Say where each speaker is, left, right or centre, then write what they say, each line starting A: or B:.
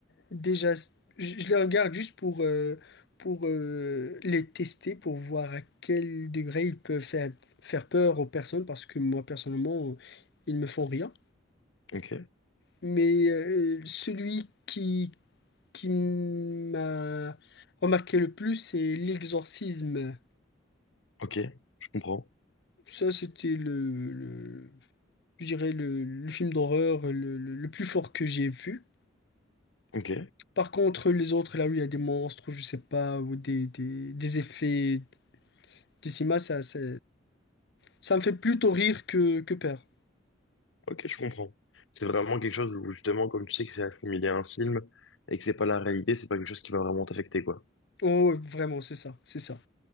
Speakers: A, on the left (about 65°); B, on the left (about 75°).
A: déjà, je, je les regarde juste pour, euh, pour euh, les tester, pour voir à quel degré ils peuvent faire, faire peur aux personnes, parce que moi, personnellement, ils me font rien.
B: Ok,
A: Mais euh, celui qui qui m'a remarqué le plus, c'est L'Exorcisme.
B: ok, je comprends.
A: Ça, c'était le, le- je dirais le, le film d'horreur le, le- le plus fort que j'ai vu.
B: Ok,
A: Par contre, les autres, là où il y a des monstres, je sais pas, ou des, des, des effets de cinéma, ça, ça, ça me fait plutôt rire que, que peur.
B: ok, je comprends. C'est vraiment quelque chose où justement, comme tu sais que c'est assimilé à un film et que c'est pas la réalité, c'est pas quelque chose qui va vraiment t'affecter, quoi.
A: Oh, ouais, vraiment, c'est ça, c'est ça.